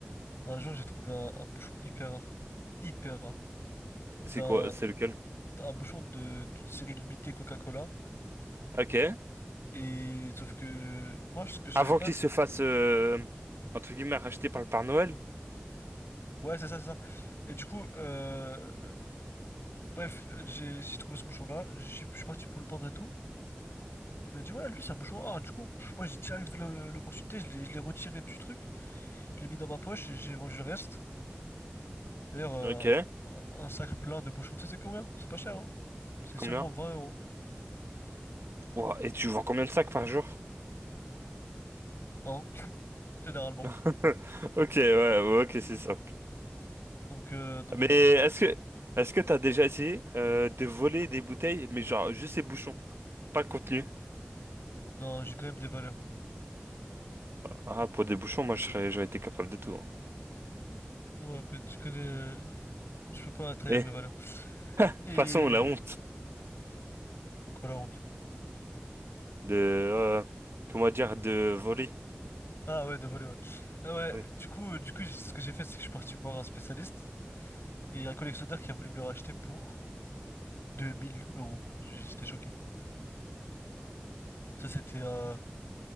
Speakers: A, on the left; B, on the right.
A: Un jour, j'ai trouvé un, un bouchon hyper rare. Hyper rare.
B: C'est
A: D'un
B: quoi? C'est lequel?
A: un bouchon de d'une série limitée Coca-Cola.
B: Ok.
A: Et sauf que moi, ce que je savais
B: Avant
A: pas.
B: qu'il
A: c'est-
B: se fasse, euh, entre guillemets, racheter par le Père Noël?
A: Ouais, c'est ça, c'est ça. Et du coup, euh... bref, j'ai j'ai trouvé ce bouchon-là. Je suis je suis parti pour le vendre et tout. Il m'a dit, ouais, lui, c'est un bouchon rare. Du coup, moi, j'ai direct vu le- l'opportunité. Je l'ai je l'ai retiré du truc. Je l'ai mis dans ma poche et j'ai vendu le reste. D'ailleurs, euh,
B: Ok.
A: un un sac plein de bouchons, tu sais, c'est combien? C'est pas cher, hein. C'est
B: Combien?
A: seulement 20 euros.
B: Ouah, et tu vends combien de sacs par jour?
A: hein, généralement.
B: <laughs> Ok, ouais, ouais, ok, c'est ça.
A: Donc, euh, donc
B: Mais
A: voilà.
B: est-ce que, est-ce que t'as déjà essayé, euh, de voler des bouteilles, mais genre juste les bouchons, pas le contenu?
A: Non, j'ai quand même des valeurs.
B: Ah, pour des bouchons, moi, je serais, j'aurais été capable de tout. hein.
A: Ouais, mais tu connais, euh, je peux pas trahir
B: Eh,
A: mes valeurs.
B: de toute
A: Et
B: façon, la honte.
A: quoi la honte?
B: de euh, comment dire de voler
A: Ah ouais, de voler, ouais. Ah ouais,
B: oui.
A: du coup, euh, du coup, j'ai- ce que j'ai fait, c'est que je suis parti voir un spécialiste et il y a un collectionneur qui a voulu me le racheter pour 2000 euros. J- J'étais choqué. Ça, c'était euh,